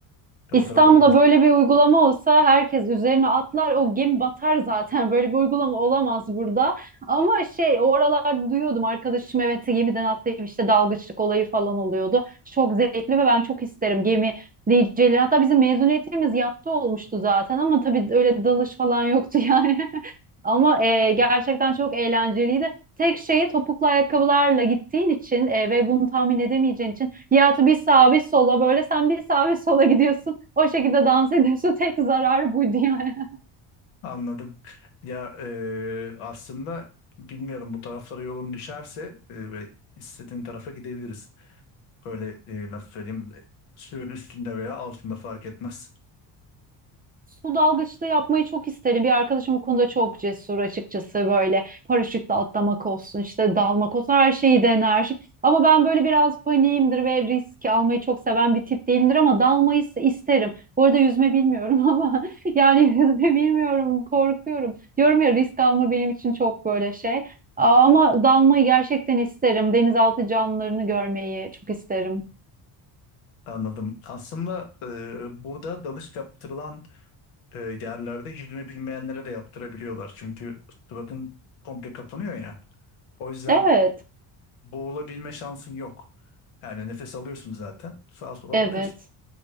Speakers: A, on the left; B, on the right.
A: Ya
B: İstanbul'da
A: bu tarafa gelirsin.
B: böyle bir uygulama olsa herkes üzerine atlar o gemi batar zaten <laughs> böyle bir uygulama olamaz burada ama şey oralarda duyuyordum arkadaşım evet gemiden atlayıp işte dalgıçlık olayı falan oluyordu çok zevkli ve ben çok isterim gemi DJ'leri hatta bizim mezuniyetimiz yatta olmuştu zaten ama tabii öyle dalış falan yoktu yani. <laughs> Ama e,
A: Hmm.
B: gerçekten çok eğlenceliydi. Tek şeyi topuklu ayakkabılarla gittiğin için e, ve bunu tahmin edemeyeceğin için Nihat'ı bir sağa bir sola böyle sen bir sağa bir sola gidiyorsun. O şekilde dans <laughs> ediyorsun. Tek zararı buydu yani.
A: Anladım. Ya e, aslında bilmiyorum bu taraflara yolun düşerse e, böyle istediğin tarafa gidebiliriz. Böyle e, nasıl söyleyeyim suyun üstünde veya altında fark etmez.
B: Su dalgıçlığı yapmayı çok isterim. Bir arkadaşım bu konuda çok cesur açıkçası böyle paraşütle atlamak olsun işte dalmak olsun her şeyi dener. Ama ben böyle biraz paniğimdir ve risk almayı çok seven bir tip değilimdir ama dalmayı ise isterim. Bu arada yüzme bilmiyorum <laughs> ama yani yüzme bilmiyorum korkuyorum. Diyorum ya risk alma benim için çok böyle şey. Ama dalmayı gerçekten isterim. Denizaltı canlılarını görmeyi çok isterim.
A: Anladım. Aslında e, burada dalış yaptırılan e, yerlerde yüzme bilmeyenlere de yaptırabiliyorlar. Çünkü suratın komple kapanıyor ya. O yüzden
B: Evet,
A: boğulabilme şansın yok. Yani nefes alıyorsun zaten. Sağa sola
B: evet.
A: bakıyorsun.